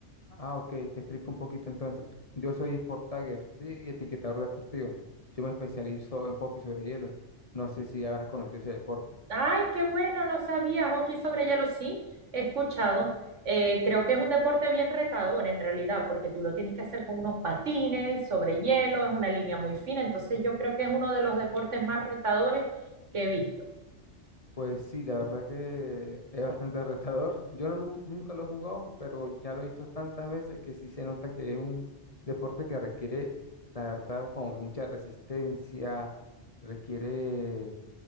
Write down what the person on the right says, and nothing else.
Ay, qué bueno, no sabía. Hockey sobre hielo sí, he escuchado. Eh, creo que es un deporte bien retador en realidad, porque tú lo tienes que hacer con unos patines sobre hielo, es una línea muy fina, entonces yo creo que es uno de los deportes más retadores que he visto.